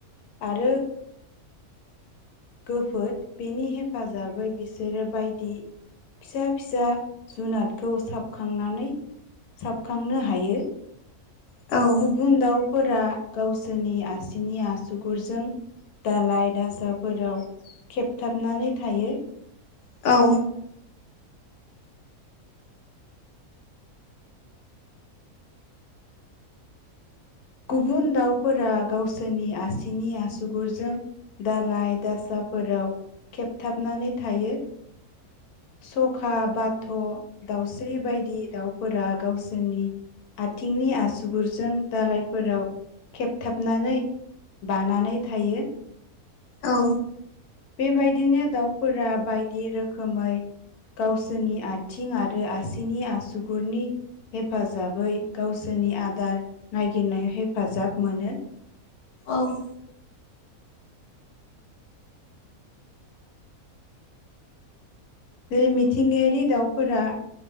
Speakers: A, on the left; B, on the left.
A: आरो गोफोद बेनि हेफाजाबै बिसोरो बायदि फिसा फिसा जुनादखौ साबखांनानै साबखांनो हायो।
B: औ
A: बु दाउफोरा गावसोरनि आसिनि आसुगुरजों दालाइ दासाफोराव खेबथाबनानै थायो।
B: औ
A: गुबुन दाउफोरा गावसोरनि आसिनि आसुगुरजों दालाइ दासाफोराव खेबथाबनानै थायो। सखा बाथ' दाउस्रि बायदि दाउफोरा गावसोरनि आथिंनि आसुगुरजों दालायफ फोराव खेबथाबनानै बानानै थायो।
B: औ
A: बेबायदिनो दाउफोरा बायदि रोखोमै गावसोरनि आथिं आरो आसिनि आसुगुरनि हेफाजाबै गावसोरनि आदार गिनाय हेफाजाब मोनो।
B: औ
A: बे मिथिंगायारि दाउफोरा